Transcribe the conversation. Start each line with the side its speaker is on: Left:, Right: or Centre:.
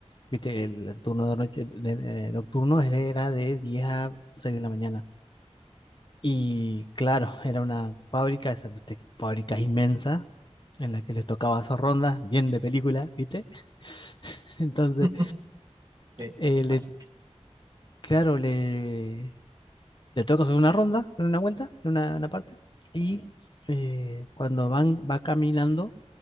Left: ¿viste? El turno de noche, de- de- nocturno era de 10 a 6 de la mañana. Y claro, era una fábrica, esa, ¿viste? Fábrica inmensa, en la que les tocaba hacer rondas, bien de película, ¿viste? <laughs> Entonces,
Right: <laughs> Qué
Left: eh, le,
Right: asu-
Left: claro, le, le toca hacer una ronda, en una vuelta, en una, una parte, y eh, cuando van, va caminando